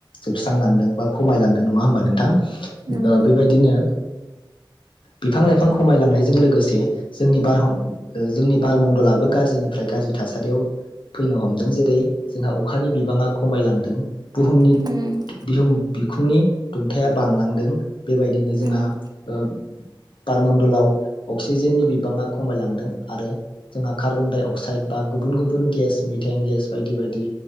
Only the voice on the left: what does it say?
जोबस्रांलांदों बा खमायलांदों नङा होमबा नोंथां?
बेबायदिनो बिफां लाइफां खमायलांनायजों लोगोसे जोंनि बार जोंनि बारमणडलाबो गाज्रिनिफ्राय गाज्रि थासारियाव फैनो हमदों जेरै जोंहा अखानि बिबाङा खमायलांदों बुहुमनि
बिह बिखुंनि दुंथाया बांलांदों बेबायदिनो जोंहा
ओ बारमणडलाव अक्सिजेननि बिबाङा खमायलांदों आरो जोंहा कार्बन डाइ अक्साइड बा गुबुन गुबुन गेस मिथाइन गेस बायदि बायदि